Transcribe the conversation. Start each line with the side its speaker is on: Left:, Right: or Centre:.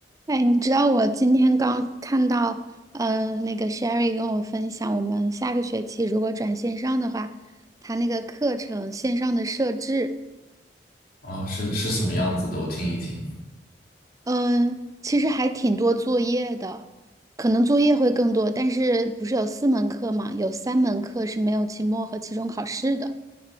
Right: 哎，你知道我今天刚看到，嗯、那个 Sherry 跟我分享，我们下个学期如果转线上的话，他那个课程线上的设置，
Left: 哦，是是什么样子的？我听一听。
Right: 嗯、其实还挺多作业的，可能作业会更多，但是不是有四门课嘛？有三门课是没有期末和期中考试的。